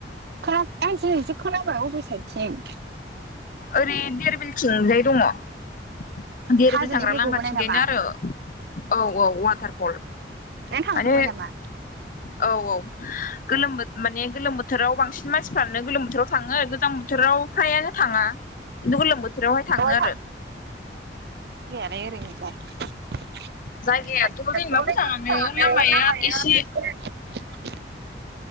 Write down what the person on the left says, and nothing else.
ओरै देरबिलथिंजाय दङ देरबिल
थांग्रा लामाथिंजायनो
आरो औ औ वाटारफल
माने
औ औ गोलोमो माने गोलोम बोथोराव बांसिन मानसिफ्रानो गोलोम बोथोराव थाङो गोजां बोथोराव फ्रायानो थाङा खिन्थु गोलोम बोथोरावहाय थाङो
आरो
जायगायाथ'
जेनेबा मोजाङानो लामाया
एसे